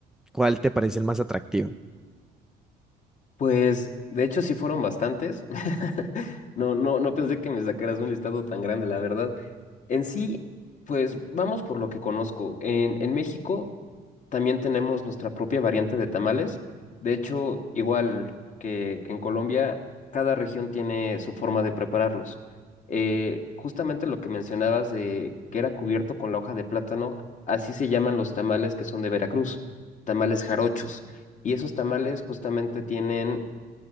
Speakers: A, in the centre; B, on the left.
A: cuál te parece el más atractivo?
B: Pues de hecho sí fueron bastantes. <laughs> No, no, no pensé que me sacaras un listado tan grande, la verdad. En sí, pues vamos por lo que conozco. En, en México también tenemos nuestra propia variante de tamales. De hecho, igual que, que en Colombia, cada región tiene su forma de prepararlos. Eh, justamente lo que mencionabas de que era cubierto con la hoja de plátano, así se llaman los tamales que son de Veracruz, tamales jarochos. Y esos tamales justamente tienen,